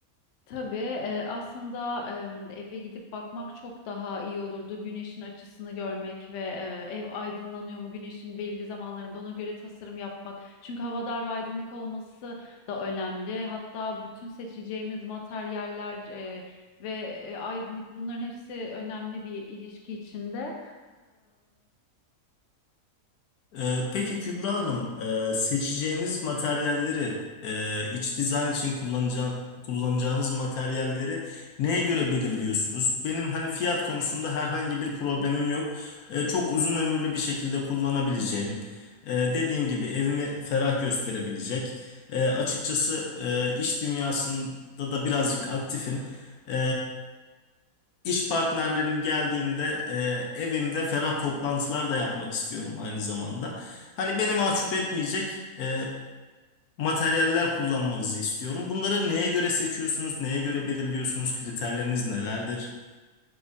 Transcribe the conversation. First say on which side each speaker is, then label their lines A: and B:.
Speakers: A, on the left; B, on the left.
A: Tabii, e, aslında e, eve gidip bakmak çok daha iyi olurdu. Güneşin açısını görmek ve e, ev aydınlanıyor mu? Güneşin belli zamanlarında ona göre tasarım yapmak. Çünkü hava dar ve aydınlık olması da önemli. Hatta bütün seçeceğimiz materyaller e, ve e, aydınlık bunların hepsi önemli bir ilişki içinde.
B: Ee, peki Kübra Hanım, e, seçeceğiniz materyalleri, e, iç dizayn için kullanacağ- kullanacağınız materyalleri neye göre belirliyorsunuz? Benim hani fiyat konusunda herhangi bir problemim yok. E, çok uzun ömürlü bir şekilde kullanabileceğim. e, dediğim gibi evimi ferah gösterebilecek. E, açıkçası e, iş dünyasında da birazcık aktifim. E, İş partnerlerim geldiğinde e, evimde ferah toplantılar da yapmak istiyorum aynı zamanda. Hani beni mahcup etmeyecek e, materyaller kullanmanızı istiyorum. Bunları neye göre seçiyorsunuz, neye göre belirliyorsunuz, kriterleriniz nelerdir?